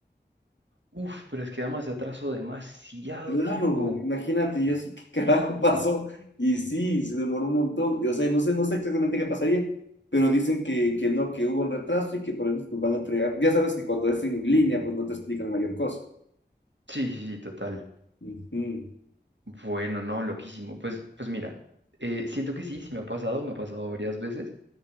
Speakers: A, on the right; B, on the left.
A: Uf, pero es que además se atrasó demasiado
B: Claro,
A: tiempo.
B: imagínate, yo así, ¿qué carajo <laughs> pasó? Y sí, se demoró un montón. O sea, no sé, no sé exactamente qué pasaría, pero dicen que, que no, que hubo un retraso y que por eso pues, van a entregar. Ya sabes que cuando es en línea, pues no te explican mayor cosa.
A: Sí, sí, sí, total.
B: Ujú.
A: Bueno, no, loquísimo. Pues, pues mira, eh, siento que sí, sí me ha pasado, me ha pasado varias veces.